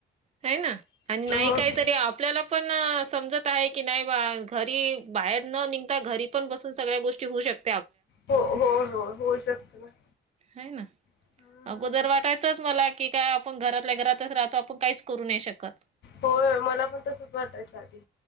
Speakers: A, on the right; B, on the left.
A: आहे ना आणि नाही
B: मग
A: काहीतरी आपल्याला पण समजत आहे की नाही बा घरी बाहेर न निघता घरी पण बसून सगळ्या गोष्टी होऊ शक
B: हो हो हो होऊ शकत ना.
A: हय ना
B: हम्म.
A: अगोदर वाटायचच मला की काय आपण घरातल्या घरातच राहतो आपण काहीच करू नाही शकत
B: होय होय मला पण तसंच वाटायचं आधी